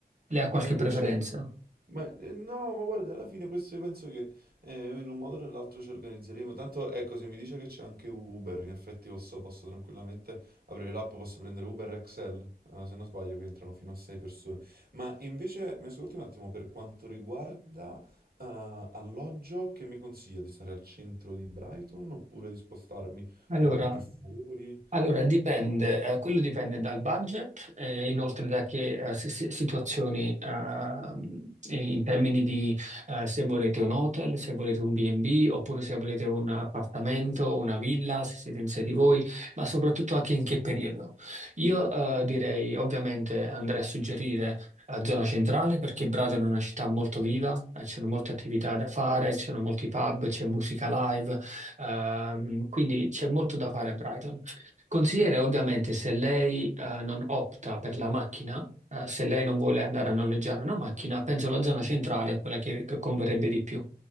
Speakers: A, on the right; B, on the right.
A: Lei ha qualche
B: Ma invece,
A: preferenza?
B: Ma eh, no, ma guarda, alla fine questo io penso che eh, in un modo o nell'altro ci organizzeremo. Tanto ecco, se mi dice che c'è anche Uber, in effetti posso, posso tranquillamente aprire l'app, posso prendere Uber Excel, eh, se non sbaglio, che entrano fino a 6 persone. Ma invece mi ascolti un attimo per quanto riguarda eh, alloggio, che mi consiglia di stare al centro di Brighton oppure di spostarmi
A: Allora,
B: un po' più fuori?
A: Allora, dipende, eh, quello dipende dal budget e inoltre da che eh, si- si- situazioni ehm, in termini di eh, se volete un hotel, se volete un B&B oppure se volete un appartamento, una villa, se siete in sé di voi, ma soprattutto anche in che periodo. Io eh, direi ovviamente andrei a suggerire eh, zona centrale perché Bradola è una città molto viva, eh, ci sono molte attività da fare, ci sono molti pub, c'è musica live, ehm, quindi c'è molto da fare a Brighton. Consigliere, ovviamente, se lei eh, non opta per la macchina, eh, se lei non vuole andare a noleggiare una macchina, penso la zona centrale è quella che, che converrebbe di più.